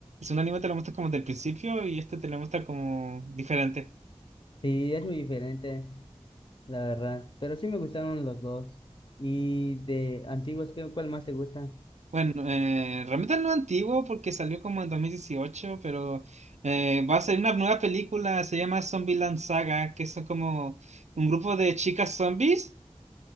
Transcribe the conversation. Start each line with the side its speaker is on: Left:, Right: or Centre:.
Right: segundo anime te lo muestra como del principio y este te lo muestra como diferente.
Left: Sí, es muy diferente, la verdad. Pero sí me gustaron los dos. Y de antiguos, ¿qué, cuál más te gusta?
Right: Bueno, eh, realmente no es antiguo porque salió como en 2018 pero eh, va a salir una nueva película, se llama Zombieland Saga, que son como un grupo de chicas zombies